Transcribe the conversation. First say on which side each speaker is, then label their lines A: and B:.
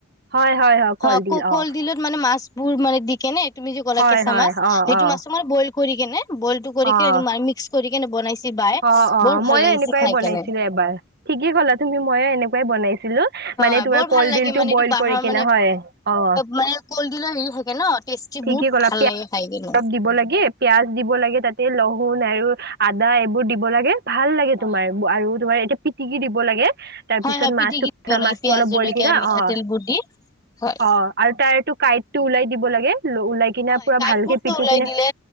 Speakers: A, on the right (about 50°); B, on the left (about 15°).
A: হয়, হয়, হয়।
B: হ
A: কলডিল
B: ক কল
A: অ
B: দিলত মাছবোৰ মানে দি কেনে, তুমি যে ক'লা
A: হয়
B: কেঁচা
A: হয়
B: মাছ,
A: অ
B: সেইটো
A: অ
B: মাছো মই বইল টো কৰি কেনে বইলটো কৰি কিনে
A: অ
B: মাইয়ে মিক্স কৰি কেনে বনাইছে। বাই
A: অ' অ'
B: বৰ ভাল
A: মইয়ো
B: লাগিছে
A: এনেকুৱাই
B: খাই
A: বনাইছিলোঁ।
B: কেনে
A: এবাৰ ঠিকেই ক'লা তুমি মইয়ো এনেকুৱাই বনাইছিলোঁ।
B: হয়
A: মানে তোমাৰ
B: বৰ
A: কলডিল
B: ভাল লাগে
A: টো
B: মানে
A: বইল
B: এইটো বাঁহৰ
A: কৰি কিনে
B: মানে
A: হয়। অহ'
B: মানে কলডিলৰ এৰি থাকে ন, টেষ্টি
A: ঠিকেই
B: বহুত
A: ক'লা
B: ভাল
A: পিয়াজ
B: লাগে খাই কিনে।
A: অলপ দিব লাগে, পিয়াঁজ দিব লাগে। তাতে লহুন আৰু আদা এইবোৰ দিব লাগে। ভাল লাগে
B: হয়
A: তোমাৰ আৰু তোমাৰ এইয়াতে পিটিকি দিব লাগে। তাৰ
B: হয়
A: পিছত
B: হয়
A: মাছটো,
B: পিটিকি
A: কেঁচা
B: দিব
A: মাছটো
B: লাগে পিয়াজ
A: অলপ বইল
B: জলকীয়া
A: দিবা
B: মিঠাতেলবোৰ
A: অ'
B: দি হয়
A: অ' আৰু তাৰ এইটো কাইটটো ওলাই দিব লাগে। ওলাই কিনে
B: হয়
A: পুৰা
B: কাঁইটবোৰতো
A: ভালকে পিটি
B: ওলাই
A: কিনে
B: দিলে